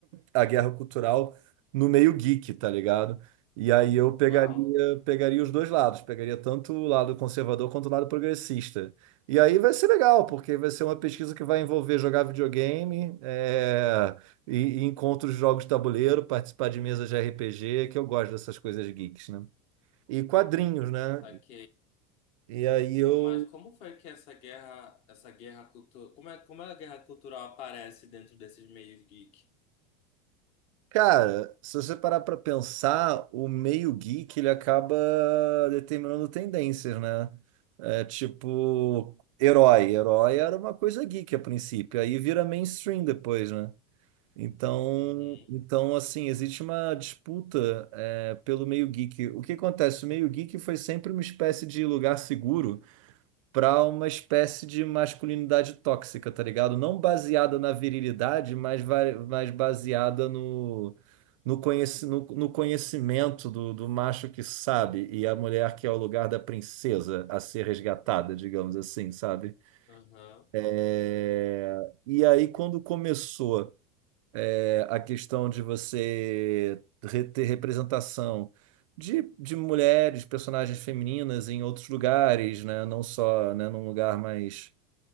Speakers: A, on the right; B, on the left.
A: a guerra cultural no meio geek, tá ligado? E aí eu pegaria,
B: Uau,
A: pegaria os dois lados, pegaria tanto o lado conservador quanto o lado progressista. E aí vai ser legal, porque vai ser uma pesquisa que vai envolver jogar videogame, é, e, e encontros de jogos de tabuleiro, participar de mesas de RPG, que eu gosto dessas coisas geeks, né? E quadrinhos, né?
B: ok.
A: E aí eu
B: Mas como foi que essa guerra, essa guerra cultural, como é, como é a guerra cultural aparece dentro desses meios geek?
A: Cara, se você parar para pensar, o meio geek ele acaba determinando tendências, né? É tipo, herói. Herói era uma coisa geek a princípio, aí vira mainstream depois, né? Então,
B: Uhum,
A: então assim, existe uma disputa é, pelo meio geek. O que acontece? O meio geek foi sempre uma espécie de lugar seguro para uma espécie de masculinidade tóxica, tá ligado? Não baseada na virilidade, mas, va- mas baseada no, no, conheci, no, no conhecimento do, do macho que sabe e a mulher que é o lugar da princesa a ser resgatada, digamos assim, sabe?
B: uhum,
A: É, E aí, quando começou é, a questão de você re- ter representação de, de mulheres, personagens femininas em outros lugares, né? Não só, né, num lugar mais